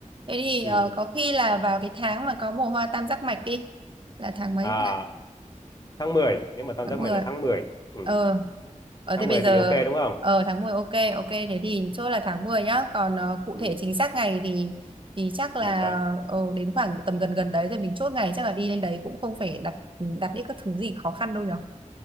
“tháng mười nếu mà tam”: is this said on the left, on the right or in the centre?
Left